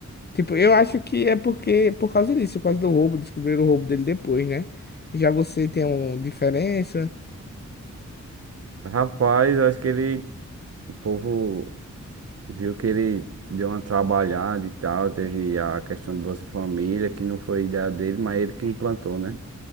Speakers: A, on the left; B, on the right.
A: tipo, eu acho que é porque por causa disso, por causa do roubo, descobriram o roubo dele depois, né? Já você tem uma diferença?
B: Rapaz, acho que ele, o povo viu que ele deu uma trabalhada e tal, teve a questão do Bolsa Família, que não foi ideia dele, mas ele que implantou, né? Não